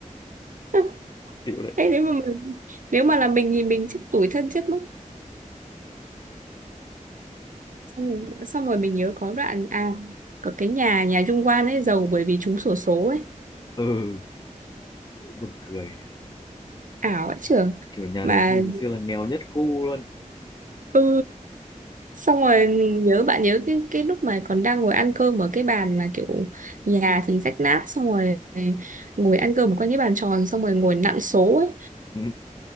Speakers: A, on the right; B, on the left.
A: <laughs>
B: chịu đấy
A: thế nếu mà mình, nếu mà là mình thì mình chết tủi thân chết mất xong rồi, xong rồi mình nhớ có đoạn à có cái nhà nhà Dung Quan ấy giàu bởi vì trúng xổ số ấy
B: ừ buồn cười
A: ảo ấy trưởng
B: kiểu nhà
A: mà
B: đấy hồi xưa là nghèo nhất khu luôn
A: ừ xong rồi mình nhớ bạn nhớ cái cái lúc mà còn đang ngồi ăn cơm ở cái bàn mà kiểu nhà thì rách nát xong rồi ngồi ăn cơm quanh cái bàn tròn xong rồi ngồi nặn số ấy
B: ừ.